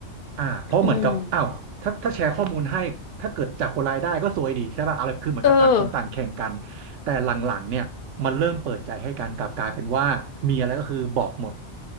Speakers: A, on the right; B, on the left.
A: อ่าเพราะเหมือนกับอ้าวถ้าถ้าแชร์ข้อมูลให้ถ้าเกิดจับคนร้ายได้ก็ซวยดีใช่ป่ะอะไรคือเหมือนกับต่างคนต่างแข่งกัน
B: อืมเออ
A: แต่หลังๆเนี่ยมันเริ่มเปิดใจให้กันกลับกลายเป็นว่ามีอะไรก็คือบอกหมด